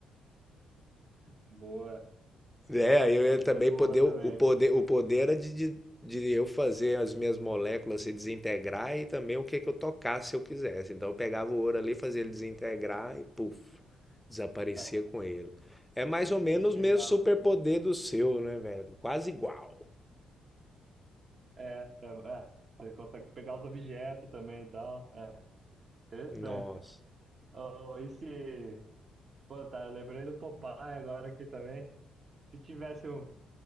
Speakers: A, on the right; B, in the centre.
A: Boa,
B: É, eu
A: essa
B: ia também
A: é boa
B: poder, o
A: também.
B: poder, o poder era de, de, de eu fazer as minhas moléculas se desintegrar e também o que que eu tocasse se eu quisesse. Então eu pegava o ouro ali, fazia ele desintegrar e puf, desaparecia
A: Ah,
B: com ele. É mais ou menos
A: e chegava.
B: o mesmo superpoder do seu, né, velho? Quase igual.
A: É, é, é, você consegue pegar os objetos também e tal. É, interessante.
B: Nossa.
A: Oh, esse. Pô, tá, eu lembrei do Popeye agora aqui também. Se tivesse um-